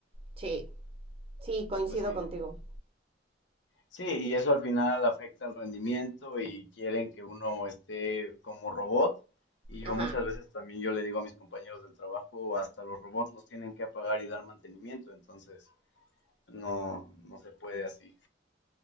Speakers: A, on the right; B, on the left.
A: Sí, sí,
B: Y
A: coincido
B: pues sí,
A: contigo.
B: sí, y eso al final afecta al rendimiento y quieren que uno esté como robot. Y yo
A: Ajá,
B: muchas veces también yo le digo a mis compañeros del trabajo, hasta los robots los tienen que apagar y dar mantenimiento, entonces no, no se puede así.